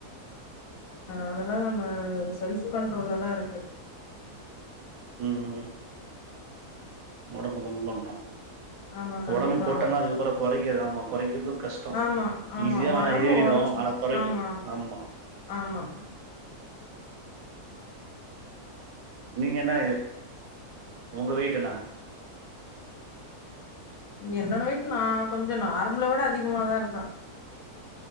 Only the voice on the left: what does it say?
அதெல்லா நம்ம செல்ஃப் கண்ட்ரோல்ல தா இருக்கு
ஆமா கம்மி
ப
ஆமா ஆமா
ஒடம்பு
ஒன்ஸ்
ஆமா
ஆமா
என்னோடா வெயிட் நா கொஞ்சோ நார்மல விட அதிகமாதா இருப்பே